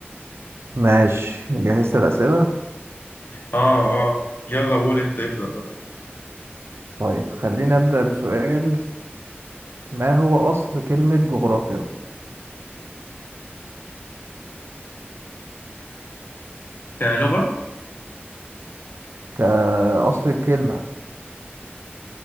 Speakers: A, on the right; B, on the left.
A: ماشي جهزت الأسئلة
B: اه اه يلا قول انت ابدأ
A: طيب خلينا أبدأ بسؤال ما هو أصل كلمة جغرافيا
B: يلا كلغة
A: كأصل الكلمة